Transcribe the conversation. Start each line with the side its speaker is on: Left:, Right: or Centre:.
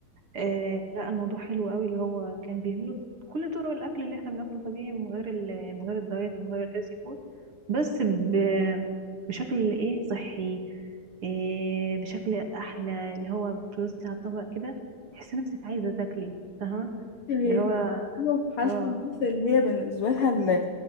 Right: آه لا الموضوع حلو قوي اللي هو كان بيعملوا كل طرق الأكل اللي احنا بناكله طبيعي من غير ال- من غير الدايت من غير الهيلثي فود بس ب... بشكل ايه صحي إيه بشكل أحلى اللي هو بتوصي على الطبق كده تحسي نفسك عايزة تاكلي فاهمة
Left: هي
Right: اللي هو
Left: دي حالة
Right: اه
Left: الناس اللي هي بالنسبة لها ال-